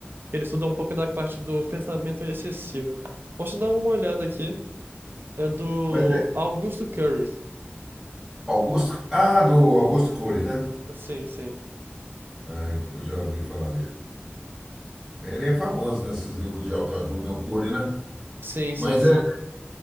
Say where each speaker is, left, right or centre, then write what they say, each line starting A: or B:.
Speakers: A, on the right; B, on the right.
A: ele estuda um pouco da parte do pensamento excessivo. Posso dar uma olhada aqui? É do
B: Mas é
A: Augusto Curry.
B: Augusto... Ah, do Augusto Cury, né?
A: Sim, sim.
B: Ah, eu, eu já ouvi falar dele. Ele é famoso nesses livros de autoajuda, né, o Cury, né?
A: Sim, sim,
B: Mas
A: sim.
B: é